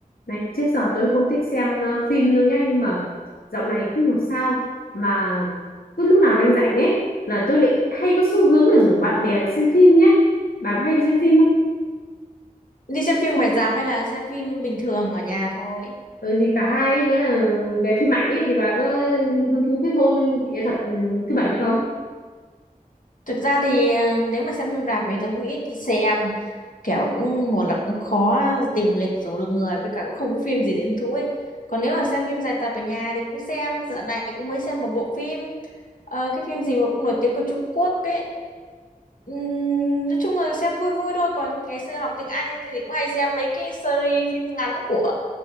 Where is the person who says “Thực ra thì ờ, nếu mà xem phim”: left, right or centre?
Left